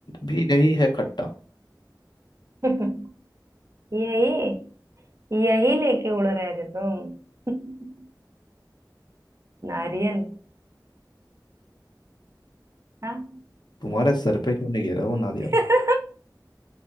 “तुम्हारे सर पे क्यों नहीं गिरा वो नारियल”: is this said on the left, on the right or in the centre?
Left